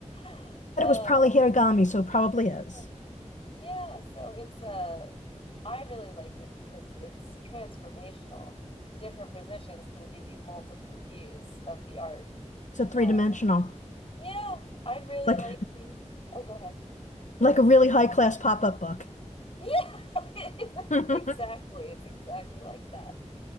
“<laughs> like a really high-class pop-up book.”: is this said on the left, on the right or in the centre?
Left